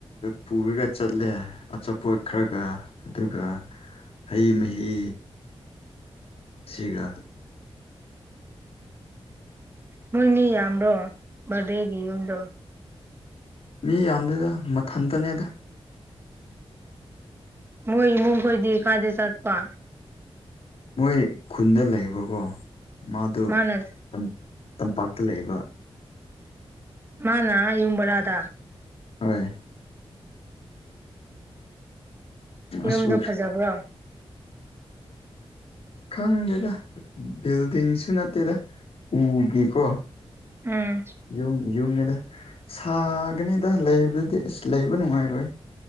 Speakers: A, on the left (about 70°); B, on the right (about 25°).
A: ꯄꯨꯔꯒ ꯆꯠꯂꯦ ꯑꯆꯥꯄꯣꯠ ꯈꯔꯒ ꯑꯗꯨꯒ ꯍꯩ ꯃꯍꯤ ꯁꯤꯒ
B: ꯃꯣꯏ ꯃꯤ ꯌꯥꯝꯕ꯭ꯔꯣ ꯕꯥꯔꯗꯦꯒꯤ ꯌꯨꯝꯗꯣ
A: ꯃꯤ ꯌꯥꯝꯗꯦꯗ ꯃꯊꯟꯇꯅꯦꯗ
B: ꯃꯣꯏ ꯏꯃꯨꯡ ꯈꯣꯏꯗꯤ ꯀꯥꯏꯗ ꯆꯠꯄ
A: ꯃꯣꯏ ꯈꯨꯟꯗ ꯂꯩꯕꯀꯣ ꯃꯥꯗꯣ
B: ꯃꯥꯅ
A: ꯇꯝ ꯇꯝꯄꯥꯛꯇ ꯂꯩꯕ
B: ꯃꯥꯅ ꯑꯥ ꯌꯨꯝ ꯕꯔꯥꯗ
A: ꯍꯣꯏ ꯃꯥꯁꯨ
B: ꯌꯨꯝꯗꯣ ꯐꯖꯕ꯭ꯔꯣ
A: ꯈꯪꯗꯦꯗ ꯕꯤꯜꯗꯤꯡꯁꯨ ꯅꯠꯇꯦꯗ ꯎꯒꯤꯀꯣ
B: ꯎꯝ
A: ꯌꯨꯝ ꯌꯨꯝꯅꯤꯗ ꯁꯥꯒꯅꯤꯗ ꯂꯩꯕꯗꯗꯤ ꯑꯁ ꯂꯩꯕ ꯅꯨꯡꯉꯥꯏꯔꯣꯏ